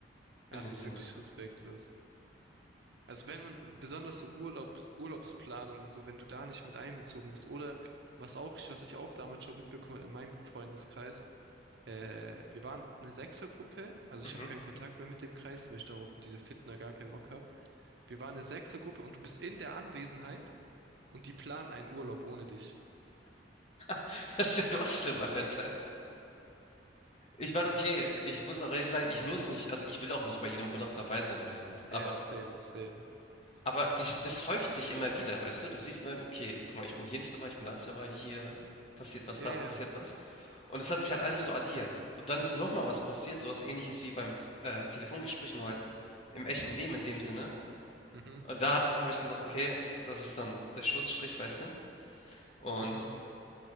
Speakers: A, on the right (about 60°); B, on the left (about 35°).
A: Das
B: in dem Sinne.
A: ist wirklich respektlos. Also wenn man, besonders so Urlaubs, Urlaubsplanung und so, wenn du da nicht mit einbezogen bist, oder was auch, was ich auch damals schon mitbekommen habe in meinem Freundeskreis, äh, wir waren eine Sechsergruppe, also ich
B: Mhm.
A: habe keinen Kontakt mehr mit dem Kreis, weil ich darauf diese Fitner gar keinen Bock habe. Wir waren eine Sechsergruppe und du bist in der Anwesenheit und die planen einen Urlaub ohne dich.
B: <laughs> Das ist ja noch schlimmer, Alter. Ich
A: Oder,
B: war okay. Ich muss auch ehrlich sagen, ich muss nicht also, ich will auch nicht bei jedem Urlaub dabei sein oder sowas.
A: yeah,
B: Aber
A: same, same.
B: aber dich das häuft sich immer wieder, weißt du? Du siehst immer, okay, guck mal, ich bin hier nicht dabei, ich bin da nicht dabei, hier passiert was,
A: Yeah,
B: da passiert was. Und es hat sich halt alles so addiert. Und dann ist noch mal was passiert, so was Ähnliches wie beim, äh, Telefongespräch, nur halt im echten Leben in dem Sinne.
A: mhm,
B: Und da habe ich gesagt: „Okay, das ist dann der Schlussstrich“, weißt du? Und
A: mhm,